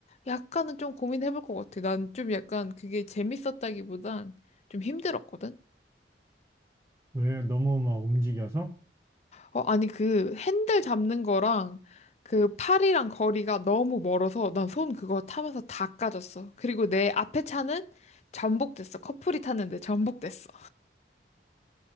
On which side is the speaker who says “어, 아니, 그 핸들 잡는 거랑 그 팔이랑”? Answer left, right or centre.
Left